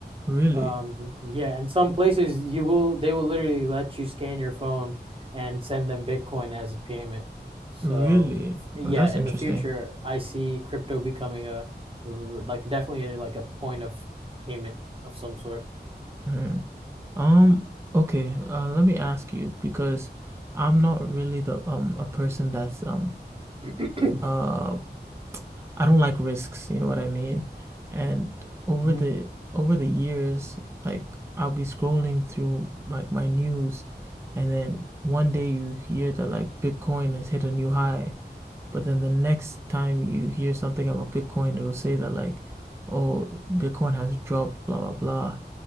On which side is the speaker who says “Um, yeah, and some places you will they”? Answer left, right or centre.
Right